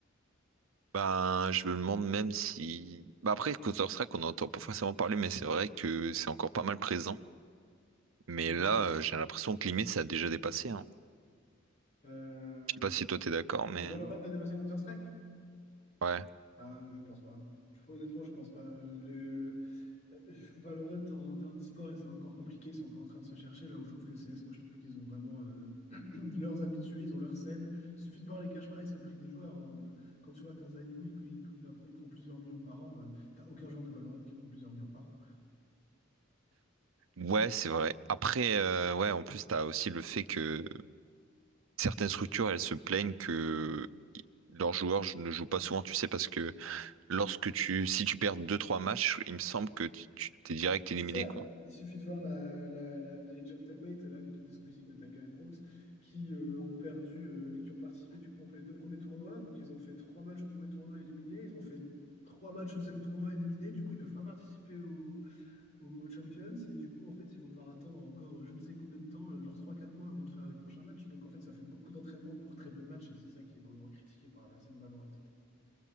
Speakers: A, on the right (about 85°); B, on the left (about 35°).
A: ben, je me demande même si. Bah après, Counter-Strike, on n'entend pas forcément parler, mais c'est vrai que c'est encore pas mal présent. Mais
B: Mhm.
A: là, euh, j'ai l'impression que limite, ça a déjà dépassé, hein.
B: Euh,
A: Je sais pas si toi t'es d'accord, mais.
B: que Valorant a dépassé Counter-Strike?
A: Ouais.
B: Ah, euh, je pense pas. Je- Honnêtement, je pense pas. Euh, le... euh, Valorant, en, termes d'e-sport, c'est encore compliqué. Ils sont encore en train de se chercher. Là où je trouve que CS, moi, je trouve qu'ils ont vraiment euh, <clears throat> leurs habitués, ils ont leur scène. Il suffit de voir les cash prizes et le prix des joueurs. hein. Euh, Quand tu vois qu'un Zaïou, il, il- il va, il prend plusieurs millions par an, euh, t'as aucun joueur de Valorant qui prend plusieurs millions par an.
A: Ouais, c'est vrai. Après, euh, ouais, en plus, t'as aussi le fait que certaines structures, elles se plaignent que i- leurs joueurs ne jouent pas souvent, tu sais, parce que lorsque tu. Si tu perds deux trois matchs, il me semble que tu tu- t'es direct
B: C'est
A: éliminé,
B: ça,
A: quoi.
B: il suffit de voir la, la- la- les Gentlemates, là, l'équipe de Squeezie, Gotaga et Brooks, qui euh, ont perdu, euh, qui ont participé, du coup, ont fait les deux premiers tournois, donc ils ont fait trois matchs au premier tournoi éliminés, ils ont fait trois matchs au deuxième tournoi éliminés, du coup, ils peuvent pas participer au, au Mo Champions, et du coup, en fait, ils vont devoir attendre encore euh, je ne sais combien de temps, euh, genre trois quatre mois avant de faire les prochains matchs, donc en fait, ça fait beaucoup d'entraînement pour très peu de matchs, et c'est ça qui est énormément critiqué par la scène Valorant.